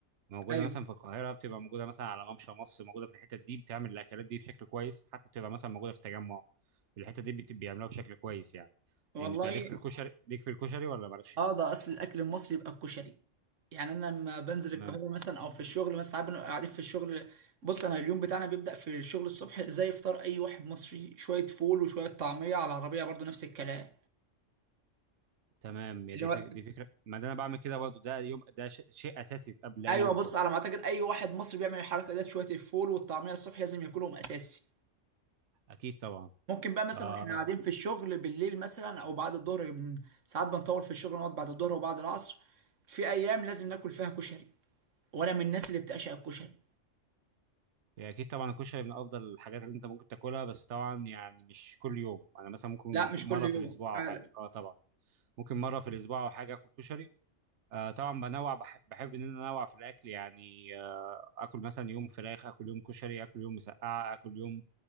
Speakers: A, on the right (about 70°); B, on the right (about 85°).
A: موجوده
B: ايوه
A: مثلا في القاهره بتبقى موجوده مثلا على ممشى مصر موجوده في الحتت دي بتعمل الاكلات دي بشكل كويس حتبقى بتبقى مثلا موجوده في التجمع الحته دي بت- بيعملوها بشكل كويس يعني
B: والله
A: انت ليك في الكشري ليك في الكشري ولا مالكش
B: اه
A: فيه
B: ده اصل الاكل المصري يبقى الكشري يعني انا لما بنزل
A: تمام
B: القاهره مثلا او في الشغل مثلا ساعات بنبقى قاعدين في الشغل بص انا اليوم بتاعنا بيبدا في الشغل الصبح زي فطار اي واحد مصري شويه فول وشويه طعميه على العربيه برضو نفس الكلام
A: تمام يا
B: اللي
A: دي
B: هو
A: فك... دي فكره ما ده انا بعمل كده برضو ده يوم ده ش... شيء اساسي في قبل
B: ايوه
A: اي يوم
B: بص
A: شغل
B: على ما اعتقد اي واحد مصري بيعمل الحركه ديت شويه الفول والطعميه الصبح لازم ياكلهم اساسي
A: اكيد طبعا
B: ممكن بقى مثلا
A: آه
B: واحنا قاعدين في الشغل بالليل مثلا او بعد الظهر بن- ساعات بنطول في الشغل نقعد بعد الظهر وبعد العصر في ايام لازم ناكل فيها كشري وانا من الناس اللي بتعشق الكشري
A: يعني اكيد طبعا الكشري من افضل الحاجات اللي انت ممكن تاكلها بس طبعا يعني مش كل يوم انا مثلا ممكن
B: لا
A: في-
B: مش
A: مره
B: كل يوم
A: في الاسبوع
B: فعلا
A: او حاجه اه طبعا ممكن مره في الاسبوع او حاجه اكل كشري آه طبعا بنوع بحب, بحب ان انا انوع في الاكل يعني آه اكل مثلا يوم فراخ اكل يوم كشري اكل يوم مسقعه اكل يوم